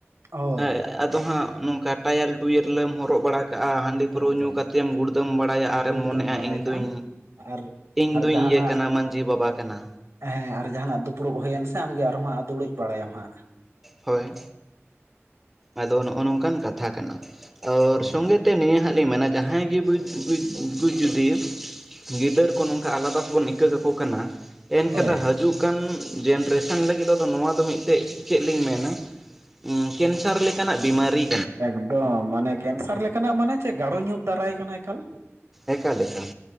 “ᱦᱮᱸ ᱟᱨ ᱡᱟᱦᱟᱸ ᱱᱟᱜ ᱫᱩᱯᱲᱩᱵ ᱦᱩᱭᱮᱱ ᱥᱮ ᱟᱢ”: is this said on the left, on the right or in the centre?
Right